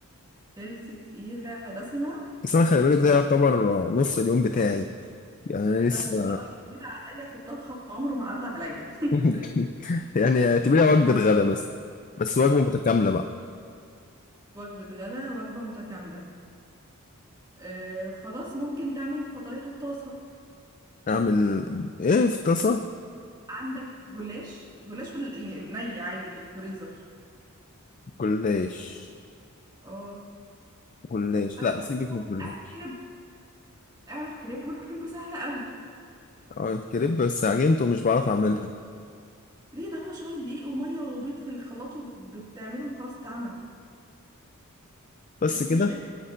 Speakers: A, on the right; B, on the left.
A: هيلثي تقيله دسمه
B: بس انا خلي بالك ده
A: ده
B: يعتبر نص اليوم بتاعي يعني انا
A: ده
B: لسه
A: مصطلح جديد عليا في الطبخ عمره ما عدى عليا <laughs>
B: <laughs> يعني اعتبريها وجبه غدا مثلا بس وجبه متكامله بقى
A: وجبه غدا وجبه متكامله آه خلاص ممكن تعمل فطاير الطاسه
B: اعمل ايه في طاسه
A: عندك جلاش جلاش في ال- يعني ني عادي في الفريزر
B: جلاش
A: اه
B: جلاش
A: اقول
B: لا
A: لك
B: سيبك
A: حاجة،
B: من الجلاش
A: اعمل كريب اعمل كريب والكريب سهله قوي
B: اه الكريب بس عجنته مش بعرف اعملها
A: ليه ده هو شوية دقيق ومية وبيض في الخلاط وبتعملهم خلاص اتعمل
B: بس
A: مفيهوش
B: كده
A: أي